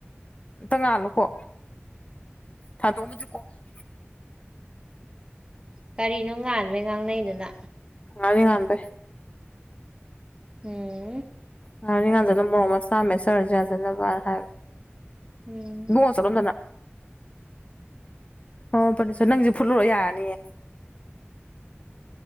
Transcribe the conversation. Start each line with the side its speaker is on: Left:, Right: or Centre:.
Left: ꯑꯝꯇ ꯉꯥꯜꯂꯨꯀꯣ <unintelligible>
Right: ꯀꯔꯤꯅꯣ ꯉꯥꯥꯟꯕꯣꯏ ꯉꯥꯡꯅꯩꯗꯨꯅ
Left: ꯑꯅꯤ ꯉꯥꯟꯗꯦ
Right: ꯎꯝ
Left: ꯉ ꯅꯤꯡ ꯉꯥꯟꯖꯜꯂ ꯃꯣꯔꯣꯛ ꯑꯃ ꯆꯥꯝꯃꯦ ꯁꯔꯁꯨꯦ ꯌꯥꯟꯁꯤꯅꯕꯅ ꯍꯥꯏꯕ
Right: ꯎꯝ
Left: ꯏꯕꯨꯡꯉꯣ ꯆꯠꯂꯣꯝꯗꯅ ꯑꯣ ꯐꯅꯤꯁ ꯅꯪꯁꯦ ꯐꯨꯂꯨꯔ ꯌꯥꯔꯅꯤꯌꯦ